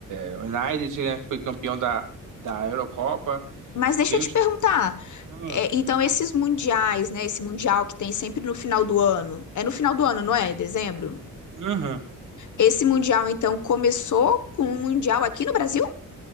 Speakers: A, on the right; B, on the left.
A: eh, United, né, que foi campeão da, da Eurocopa,
B: Mas deixa
A: veio
B: eu te
A: os...
B: perguntar.
A: Ah,
B: é, então, esses mundiais, né? Esse mundial que tem sempre no final do ano. É no final do ano, não é? Em Dezembro?
A: uhum.
B: Esse mundial, então, começou com um mundial aqui no Brasil?